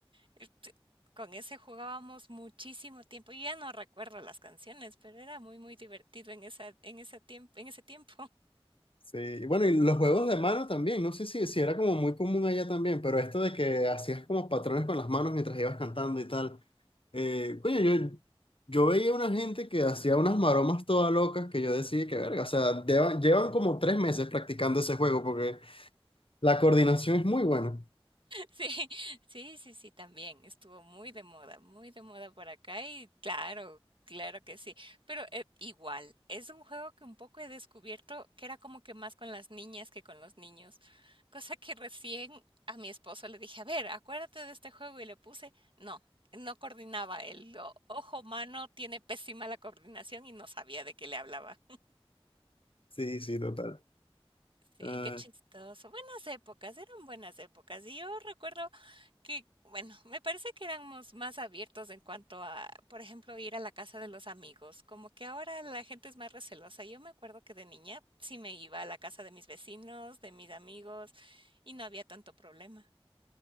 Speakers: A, on the right; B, on the left.
A: Este, Con ese jugábamos muchísimo tiempo. Yo ya no recuerdo las canciones, pero era muy, muy divertido en esa, en esa tiemp- en ese tiempo.
B: Sí, y bueno, y los juegos de mano también, no sé si, si era como muy común allá también, pero esto de que hacías como patrones con las manos mientras ibas cantando y tal. Eh, coño, yo, yo veía una gente que hacía unas maromas todas locas que yo decía que verga, o sea, llevan, llevan como tres meses practicando ese juego porque la coordinación es muy buena.
A: Sí, <laughs> sí, sí, sí, también estuvo muy de moda, muy de moda por acá y claro, claro que sí, pero eh, igual, es un juego que un poco he descubierto que era como que más con las niñas que con los niños, cosa que recién a mi esposo le dije, a ver, acuérdate de este juego y le puse, no, no coordinaba, el o- ojo humano tiene pésima la coordinación y no sabía de qué le hablaba. <laughs>
B: Sí, sí, total.
A: Sí,
B: Ah,
A: qué chistoso. Buenas épocas, eran buenas épocas. Y yo recuerdo Que, bueno, me parece que éramos más abiertos en cuanto a, por ejemplo, ir a la casa de los amigos. Como que ahora la gente es más recelosa. Yo me acuerdo que de niña sí me iba a la casa de mis vecinos, de mis amigos, y no había tanto problema.